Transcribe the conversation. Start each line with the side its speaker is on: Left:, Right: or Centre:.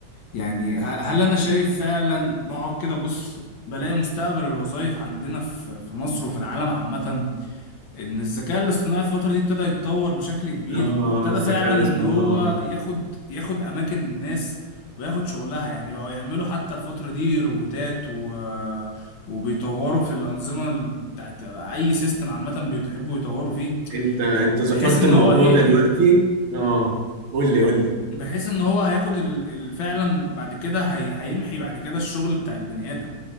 Left: يعني ه- هل انا شايف فعلا بقعد كده بص بلاقي مستقبل الوظائف عندنا في في مصر وفي العالم عامة ان الذكاء الاصطناعي الفترة دي ابتدى يتطور بشكل كبير
Right: اه
Left: وابتدى
Right: الذكاء
Left: فعلا
Right: الاصطناعي
Left: ان هو ياخد ياخد اماكن الناس وياخد شغلها يعني بقوا يعملوا حتى الفترة دي روبوتات و... وبيطوروا في الأنظمة ال- بتاعت اي سيستم عامة بيحبوا يطوروا فيه
Right: انت انت ذكرت
Left: بحيث ان
Right: موضوع
Left: هو ايه
Right: دلوقتي اه قول لي قول لي
Left: بحيث ان هو هياخد ال... ال- فعلا بعد كده هي... هيمحي بعد كده الشغل بتاع البني آدم